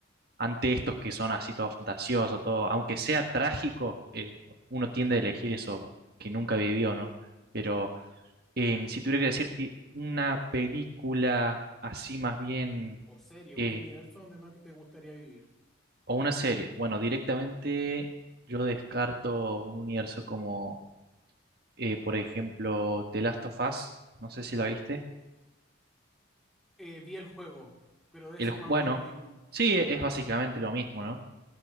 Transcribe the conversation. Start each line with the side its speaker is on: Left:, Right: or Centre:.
Right: ante estos que son así todo fantasioso, todo, aunque sea trágico, eh, uno tiende a elegir eso que nunca vivió, ¿no? Pero em, si tuviera que decirte una película así más bien,
Centre: O serie,
Right: eh,
Centre: un universo donde no te gustaría vivir.
Right: o una serie, bueno, directamente yo descarto un universo como, eh, por ejemplo, The Last of Us, no sé si la viste.
Centre: Eh, vi el juego, pero debe
Right: El,
Centre: ser
Right: ju-
Centre: más
Right: bueno,
Centre: o menos lo mismo.
Right: sí, es básicamente lo mismo,
Centre: Sí.
Right: ¿no?